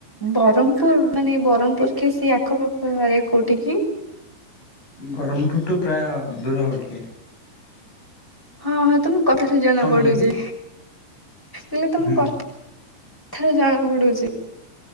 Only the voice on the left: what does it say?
ବ୍ରହ୍ମପୁଠୁ ପ୍ରାୟ ଦୂର ହବ ଟିକେ।
କଣ
ହେଲା କି
ହୁଁ